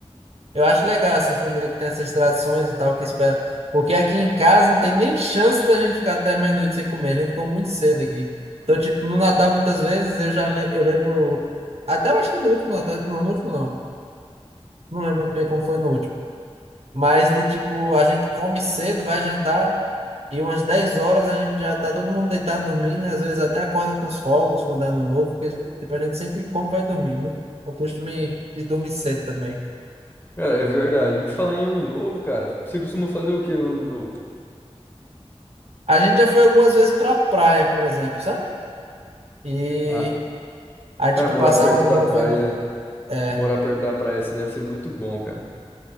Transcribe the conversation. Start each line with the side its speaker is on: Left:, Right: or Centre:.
Right: Eu acho legal, assim, família que tem essas tradições e tal, que espera. Porque aqui em casa não tem nem chance da gente ficar até meia-noite sem comer. A gente come muito cedo aqui. Então, tipo, no Natal, muitas vezes, eu já le- eu lembro. Até eu acho que no último Natal. Não, no último não. Não lembro muito bem como foi no último. Mas de tipo, a gente come cedo, vai jantar, e umas 10 horas a gente já tá todo mundo deitado dormindo, né? às vezes até acorda com os fogos quando é ano novo, porque tipo, a gente sempre come e vai dormir, né? Eu costumo ir- de dormir cedo também.
Left: Cara, é verdade. E falar em ano novo, cara, você costuma fazer o que no ano novo?
Right: A gente já foi algumas vezes pra praia, por exemplo, sabe? E
Left: Ah,
Right: aí,
Left: cara,
Right: tipo,
Left: morar
Right: passava
Left: perto
Right: ano
Left: da
Right: novo
Left: praia,
Right: vendo. É,
Left: morar perto da praia assim deve ser muito bom, cara.